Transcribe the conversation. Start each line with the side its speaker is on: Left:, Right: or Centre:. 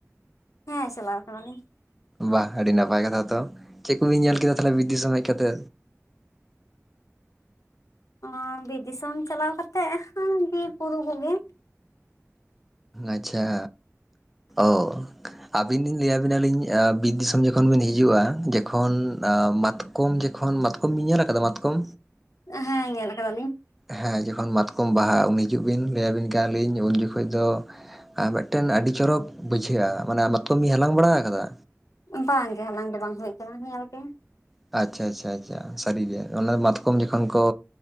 Left: ᱦᱮᱸ ᱪᱟᱞᱟᱣ ᱟᱠᱟᱱᱟ ᱞᱤᱧ
Centre: ᱵᱟᱦ ᱟᱹᱰᱤ ᱱᱟᱯᱟᱭ ᱠᱟᱛᱷᱟ ᱛᱚ ᱪᱮᱫ ᱠᱚᱵᱤᱱ ᱧᱮᱞ ᱠᱮᱫᱟ ᱛᱟᱦᱚᱞᱮ ᱵᱤᱫ ᱫᱤᱥᱚᱢ ᱦᱮᱡ ᱠᱟᱛᱮ
Left: ᱚᱸ ᱵᱤᱨ ᱫᱤᱥᱚᱢ ᱪᱟᱞᱟᱣ ᱠᱟᱛᱮᱜ ᱦᱟᱺᱜ ᱵᱤᱨ ᱵᱩᱨᱩ ᱠᱚᱜᱮ
Centre: ᱟᱪᱪᱷᱟ ᱚ ᱟᱹᱵᱤᱱ ᱞᱤᱧ ᱞᱟᱹᱭᱟᱵᱤᱱᱟ ᱞᱤᱧ ᱵᱤᱫ ᱫᱤᱥᱚᱢ ᱡᱚᱠᱷᱚᱱ ᱵᱤᱱ ᱦᱤᱡᱩᱜᱼᱟ᱾ ᱡᱚᱠᱷᱚᱱ ᱟ ᱢᱟᱛ ᱠᱚᱢ ᱡᱚᱠᱷᱚᱱ ᱢᱟᱛᱠᱚᱢ ᱵᱤᱱ ᱧᱮᱞ ᱟᱠᱟᱫᱟ ᱢᱟᱛᱠᱚᱢ
Left: ᱦᱮᱸ ᱧᱮᱞ ᱟᱠᱟᱫᱟ ᱞᱤᱧ
Centre: ᱦᱮᱸ ᱡᱚᱠᱷᱚᱱ ᱢᱟᱛᱠᱚᱢ ᱵᱟᱦᱟᱜ ᱩᱱ ᱦᱤᱡᱩᱜ ᱵᱤᱱ ᱞᱟᱹᱭ ᱟᱹᱵᱤᱱ ᱠᱟᱱᱟ ᱞᱤᱧ ᱩᱱ ᱡᱚᱠᱷᱚᱡ ᱫᱚ ᱟᱨ ᱢᱤᱫᱴᱮᱱ ᱟᱹᱰᱤ ᱪᱚᱨᱚᱠ ᱵᱩᱡᱷᱟᱹᱜᱼᱟ ᱢᱟᱱᱮ ᱢᱟᱛᱚᱢᱤᱧ ᱦᱟᱞᱟᱝ ᱵᱟᱲᱟ ᱟᱠᱟᱫᱟ?
Left: ᱵᱟᱝᱜᱮ ᱦᱟᱞᱟᱝ ᱫᱚ ᱵᱟᱝ ᱦᱩᱭ ᱟᱠᱟᱱᱟ ᱧᱮᱮᱞ ᱜᱮ᱾
Centre: ᱟᱪᱪᱷᱟ ᱟᱪᱪᱷᱟ ᱟᱪᱪᱷᱟ ᱥᱟᱹᱨᱤ ᱜᱮ ᱚᱱᱟ ᱢᱟᱛᱠᱚᱢ ᱡᱚᱠᱷᱚᱱ ᱠᱚ